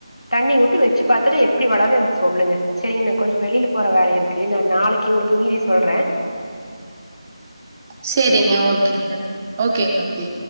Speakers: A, on the left (about 85°); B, on the right (about 20°).
A: தண்ணி வுட்டு வச்சு பாத்துட்டு எப்டி வளருன்னு எனக்கு சொல்லுங்க சேரிங்க கொஞ்சோ வெளியில போற வேல இருக்கு நா நாளைக்கு உங்களுக்கு மீதி சொல்ற
B: செரிங்க ஓகேங்க ஓகேங்க ஓகே